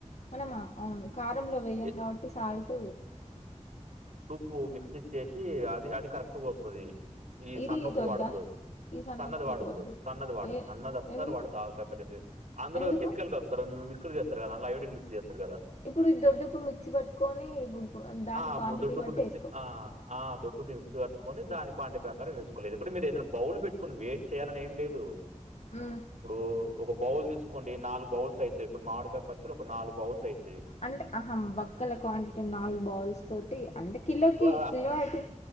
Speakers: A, on the left; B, on the right.
A: మనమా అవు కారంలో వెయ్యం
B: ఎ
A: కాబట్టి సాల్ట్
B: ఉప్పు మిక్సీచ్చ చేసి అది అది కరెక్ట్గా వస్తుది ఈ
A: ఇది
B: సన్న ఉప్పు
A: ఇది వద్దా
B: వాడదు
A: ఈ సన్నపు
B: సన్నది వాడద్దు
A: ఉప్పు వద్దు
B: సన్నది వాడదు
A: ఏ
B: సన్నది అస్సలు
A: ఎందుకు
B: వాడదు ఆకాయ ప అందులో
A: ఎందుకు
B: కెమికల్ కలుపుతారు మిక్స్ చేస్తారు కద అలా హైోడిన్ మిస్ చేస్తారు కదా
A: ఇప్పుడు ఈ దొడ్డుప్పు మిక్సీ పట్టుకొని ఇప్పుడు దాని
B: <unintelligible>
A: క్వాంటిటీ బట్టి వేసుకో
B: కట్టుకొని దాని పాండే ప్రకారం వేసుుకోలేదు ఇప్పుడు మీరు ఏదైనా బౌల్ పెట్టుకుని వెయిట్ చేయాలని ఏం లేదు
A: మ్మ్.
B: ఇప్పుడు ఒక బౌల్ తీసుకోండి నాలుగు బౌల్స్ అయితాయి ఇప్పుడు మామిడికాయ పచ్చలు ఒక నాలుగు బౌల్స్ అయితాయి
A: అంటే అహం బక్కల క్వాంటిటీ నాలుగు బౌల్స్ తోటి అంటే కిలోకి
B: వా
A: కిలో అయితే